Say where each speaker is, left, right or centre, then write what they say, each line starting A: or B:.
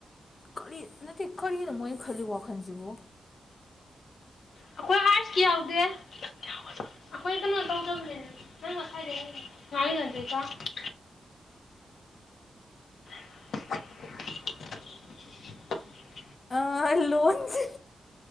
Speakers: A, on the left; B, on the left.
A: ꯀꯔꯤ ꯅꯠꯇꯦ ꯀꯔꯤꯅꯣ ꯃꯣꯏꯅ ꯈꯜꯂꯤ ꯋꯥꯈꯜꯁꯤꯕꯨ
B: ꯑꯩꯈꯣꯏ ꯑꯥꯔꯠꯁꯀꯤ ꯌꯥꯎꯗꯦ ꯑꯩꯈꯣꯏ ꯀꯩꯅꯣ ꯇꯧꯗꯕꯅꯦꯅꯦ ꯅꯪ <unintelligible> <inaudible>
A: ꯑ ꯂꯣꯟꯁꯤ